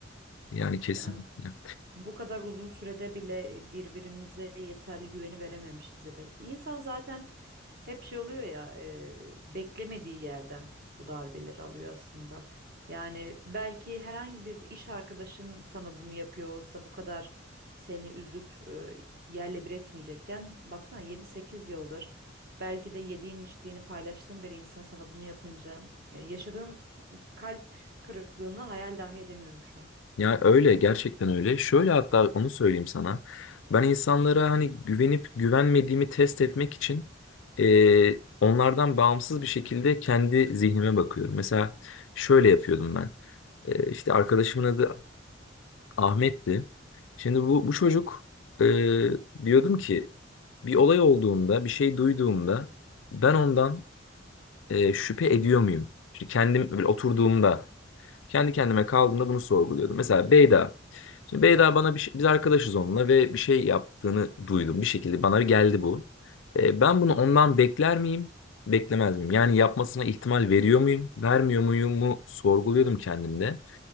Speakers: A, on the left; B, on the right.
A: Yani kesinlikle.
B: Yani bu kadar uzun sürede bile birbirimize yeterli güveni verememişiz ya da insan zaten hep şey oluyor ya e, beklemediği yerden bu darbeleri alıyor aslında. Yani belki herhangi bir iş arkadaşın sana bunu yapıyorsa bu kadar seni üzüp e, yerle bir etmeyecekken baksana yedi sekiz yıldır belki de yediğin içtiğini paylaştığın bir insan sana bunu yapınca e, yaşadığın kalp kırıklığını hayal dahi edemiyorum şu an.
A: Ya öyle gerçekten öyle. Şöyle hatta onu söyleyeyim sana. Ben insanlara hani güvenip güvenmediğimi test etmek için e, onlardan bağımsız bir şekilde kendi zihnime bakıyorum. Mesela şöyle yapıyordum ben. E, işte arkadaşımın adı Ahmet'ti. Şimdi bu, bu çocuk e, diyordum ki bir olay olduğunda bir şey duyduğumda ben ondan e, şüphe ediyor muyum? İşte kendim böyle oturduğumda. Kendi kendime kaldığımda bunu sorguluyordum. Mesela Beyda. Şimdi Beyda bana bir şey- biz arkadaşız onunla ve bir şey yaptığını duydum. Bir şekilde bana geldi bu. E, ben bunu ondan bekler miyim? Beklemez miyim? Yani yapmasına ihtimal veriyor muyum? Vermiyor muyum mu? Sorguluyordum kendimde.